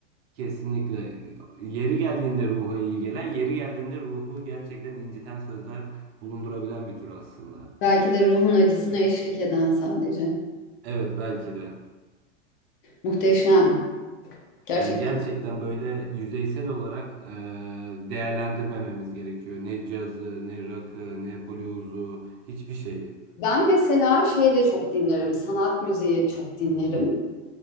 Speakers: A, on the right; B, on the left.
A: kesinlikle yeri geldiğinde ruha iyi gelen yeri geldiğinde ruhu gerçekten inciten sözler bulundurabilen bir tür aslında.
B: belki de ruhun acısına eşlik eden sadece.
A: Evet belki de.
B: Muhteşem. Gerçekten.
A: Yani gerçekten böyle yüzeysel olarak e, değerlendirmememiz gerekiyor. Ne cazı, ne rock'ı, ne blues'u, hiçbir şeyi.
B: Ben mesela şey de çok dinlerim. Sanat müziği çok dinlerim.